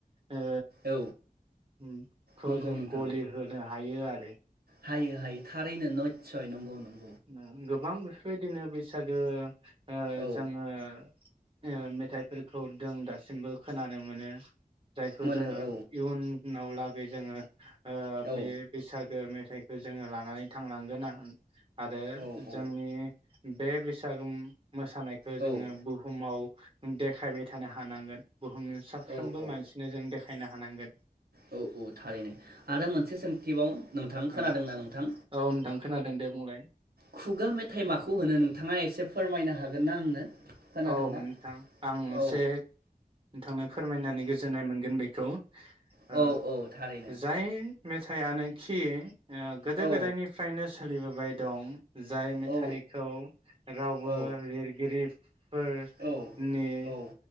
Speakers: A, on the right (about 35°); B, on the right (about 75°).
A: ओ।
B: औ
A: उम ख'
B: नंगौ
A: जों
B: नोंथां
A: गलि होनो हायो आरो ‌।
B: हायो हायो थारैनो नितसय नंगौ नं
A: ना गोबां बेफोरबायदिनो बैसागो आ
B: औ
A: जोङो ए मेथाइफोरखौ दों दासिमबो खोनानो मोनो। जायखौ
B: मोनो
A: जोङो
B: औ
A: इयननाव लाख बे जोङो आ
B: औ
A: बे बैसागो मेथ फिथाइखौ जोङो लानानै थांनांगोन आं आरो
B: औ औ
A: जोंनि बे बैसागु मोसानायखौ
B: औ
A: जोङो बुहुमाव देखायबाय थानो हानांगोन बुहुमनि साफ्रोमबो
B: औ औ
A: मानसिनो जों देखायनो थानांगोन
B: औ औ थारैनो आरो मोनसे सोंथिबाव नोंथां खोनादोंना
A: औ
B: नोंथां
A: औ नोंथां खोनादों दे बुंलाय
B: खुगा मेथाइ माखौ होनो नोंथाङा एसे फोरमायनो हागोन ना आंनो खोनादोंना
A: औ नोंथां आं एसे
B: औ
A: नोंथांनो फोरमायनानै गोजोननाय मोनगोन बेखौ
B: औ
A: ओ
B: औ थारैनो
A: जाय मेथाइआनो खि गोदो
B: औ
A: गोदायनिफ्रायनो सोलिबोबाय दं। जाय मेथाइखौ
B: औ
A: रावबो
B: औ
A: लिरगिरि फोरनि
B: औ औ